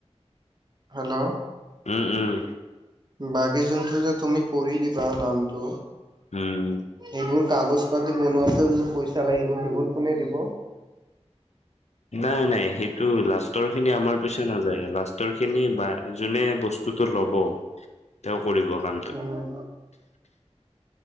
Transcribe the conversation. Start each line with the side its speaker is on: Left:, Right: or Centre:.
Right: হেল্ল'
Left: ওম ওম
Right: বাগি জন্তু যে তুমি কৰি দিবা নামটো
Left: উম
Right: যিবোৰ কাগজ পাতি বনোৱাতে যদি পইচা লাগিব সেইবোৰ কোনে দিব
Left: নাই নাই সেইটো লষ্ট খিন আমাৰ পইচা নাযায় লাষ্টৰ খিনি যোনে বস্তু ল'ব তেওঁ কৰিব কামটো
Right: উম,